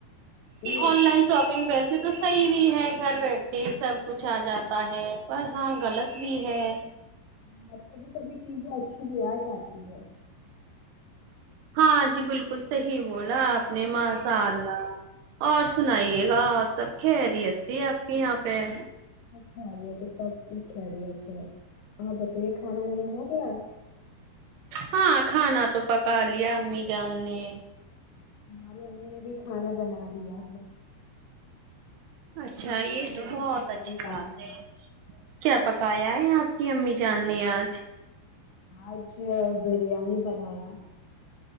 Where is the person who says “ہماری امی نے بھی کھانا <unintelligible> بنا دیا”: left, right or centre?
Left